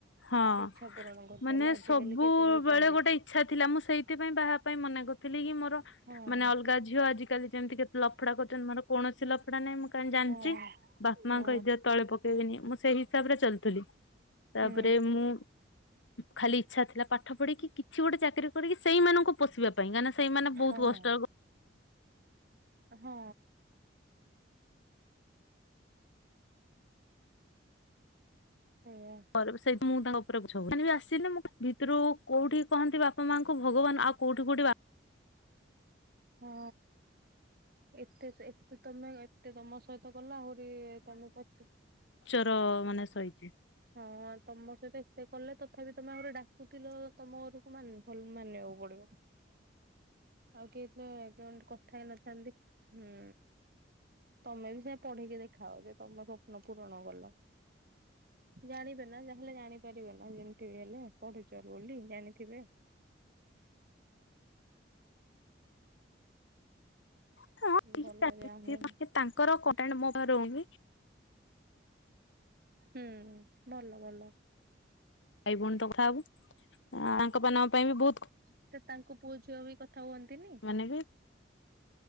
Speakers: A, on the left (about 80°); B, on the right (about 50°).
A: ହଁ
B: ଗୋଟେ ଇଚ୍ଛା ପୂରଣ କରିପାରିଲେ
A: ମାନେ
B: ଆଜିକାଲି
A: ସବୁବେଳେ
B: କିଏ ପଢଉଛନ୍ତି
A: ଗୋଟେ ଇଛା ଥିଲା ମୁଁ ସେଇଥିପାଇଁ ବାହା ପାଇଁ ମନା କରିଥିଲ କି ମୋର,
B: ହଁ।
A: ମାନେ ଅଲଗା ଝିଅ ଆଜିିକାଲି ଯେମିତି କେତେ ଲଫଡା କରିଛନ୍ତି, ମୋର କୌଣସି ଲଫଡା ନାଇଁ ମୁଁ କାହିଁ ଜାଣିଛି।
B: ହଁ
A: ବାପାମାଙ୍କ
B: ହଁ
A: ଇଯତ୍ ତଳେ ପ <unintelligible> ମୁଁ ସେଇ ହିସାବରେ ଚାଲଥିଲି। ତାପରେ
B: ହୁଁ
A: ମୁଁ ଖାଲି ଇଚ୍ଛା ଥିଲା ପାଠ ପଢ଼ିକି କିଛି ଗୋଟେ ଚାକିରି କରିକି ସେଇମାନଙ୍କୁ ପୋଷିବାକୁ <unintelligible> ସେମାନେ ବହୁ
B: ହଁ।
A: କଷ୍ଟ
B: ହଁ। <unintelligible>
A: <unintelligible> ଭିତରୁ କୋଉଠି କହନ୍ତି ବାପା ମାଙ୍କୁ ଭଗବାନ, ଆଉ କୋଉଠି କୋଉଠି ବା
B: ହଁ ଏତେ ଏତେ ତମେ ଏତେ ତମ ସହି କଲା ଆହୁରି ତମେ ପଚ
A: ଉଚର ମାନେ ସହିକି।
B: ହଁ ତମ ସହିତ ଏତେ କଲେ ତଥାପି ତମେ ଆଉରି ଡାକୁଥିଲ ତମ ଘରକୁ <unintelligible> ମାନିବାକୁ ପଡିବ। ଆଉ କେହି <unintelligible> କଥା ହେଇ ନଥାନ୍ତି। ହୁଁ ତମେ ବି ସେୟା ପଢିକି ଦେଖାଅ ଯେ ତମ ସ୍ୱପ୍ନ ପୂରଣ କଲ। ଜାଣିବେ ନା ଯାହା ହେଲେ ଜାଣିପାରିବେ ନା ଯେମିତି ବି ହେଲେ ପଢୁଛ ବୋଲି, ଜାଣିଥିବେ।
A: <unintelligible>
B: ଭଲ ଯାହା ହଉ
A: ରହୁନି।
B: ହୁଁ, ଭଲ ଭଲ।
A: ଭାଇ ଭଉଣୀ ତ କଥା ହବୁ <unintelligible> ତାଙ୍କ ମାନଙ୍କ ପାଇଁ ବି ବହୁତ
B: <unintelligible> ତାଙ୍କୁ ପୁଅ ଝିଅ ବି କଥା ହୁଅନ୍ତିନି?
A: ମାନେ ବି